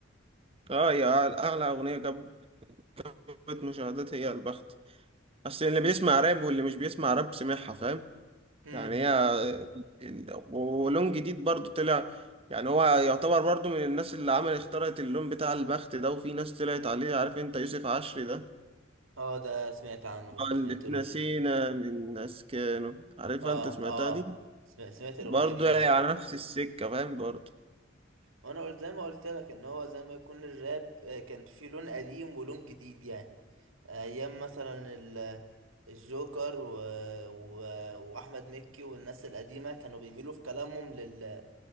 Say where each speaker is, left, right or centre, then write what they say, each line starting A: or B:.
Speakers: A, on the right (about 30°); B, on the right (about 80°).
A: اه يا أعلى- اعلى اغنية جابت مشاهدات هي البخت بس اللي بيسمع راب واللي مش بيسمع راب سمعها فاهم؟
B: امم
A: يعني هي ال- ولون جديد برضو طلع يعني هو يعتبر برضو من الناس اللي عمل اخترعت اللون بتاع البخت ده وفي ناس طلعت عليه عارف انت يوسف عشري ده
B: آه ده سمعت عنه بس ما
A: اللي
B: سمعتلوش
A: اتنسينا من ناس كانوا عارفها
B: آه
A: انت سمعتها
B: آه
A: دي
B: سمعت, سمعت
A: برضو
B: الأغنية دي
A: يعني
B: بس
A: على نفس السكة فاهم برضو
B: وانا قلت زي ما قلت لك ان هو زي ما يكون الراب آه، كان فيه لون قديم ولون جديد يعني ايام مثلا ال- الجوكر و... و... واحمد مكي والناس القديمه كانوا بيميلوا في كلامهم لل...